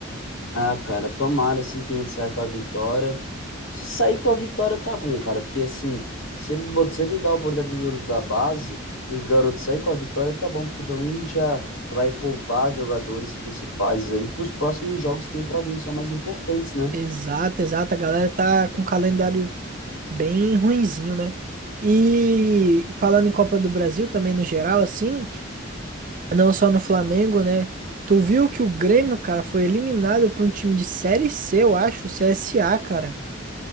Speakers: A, on the left; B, on the right.
A: Ah, cara, tomara assim que a gente saia com a vitória. Se sair com a vitória, tá bom, cara, porque assim, se eles botam, se ele dá a oportunidade pro garoto da base e os garotos saírem com a vitória, tá bom, porque pelo menos a gente já vai poupar jogadores principais aí pros próximos jogos que tem pra vir, que são mais importantes, né?
B: Exato, exato. A galera tá com um calendário bem ruinzinho, né? E falando em Copa do Brasil também no geral, assim, não só no Flamengo, né? Tu viu que o Grêmio, cara, foi eliminado por um time de Série C, eu acho, o CSA, cara.